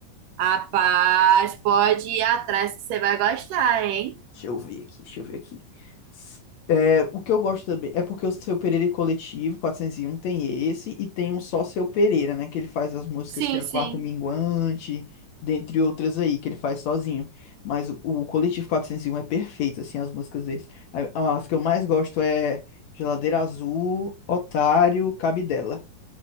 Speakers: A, on the right (about 75°); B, on the left (about 60°).
A: Rapaz, pode ir atrás que você vai gostar, hein?
B: Deixa eu ver aqui, deixa eu ver aqui. S- É, o que eu gosto também é porque o Seu Pereira e Coletivo 401 tem esse e tem um só Seu Pereira, né? Que ele faz as músicas
A: Sim,
B: que é
A: sim.
B: Quarto Minguante, dentre outras aí, que ele faz sozinho. Mas o, o Coletivo 401 é perfeito, assim, as músicas deles. A- As que eu mais gosto é Geladeira Azul, Otário, Cabidela.